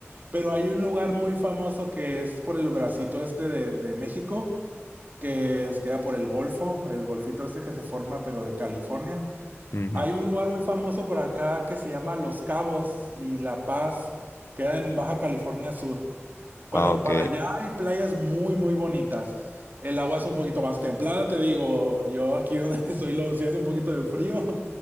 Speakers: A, on the right; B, on the left.
A: Pero hay un lugar muy famoso que es por el bracito este de, de México, que es- queda por el Golfo, el golfito este que se forma, pero de California.
B: Ujú.
A: Hay un lugar muy famoso por acá que se llama Los Cabos y La Paz, queda en Baja California Sur. Bueno,
B: Ah, ok.
A: para allá hay playas muy, muy bonitas. El agua es un poquito más templada, te digo, yo aquí donde <laughs> estoy lo sí hace un poquito de frío,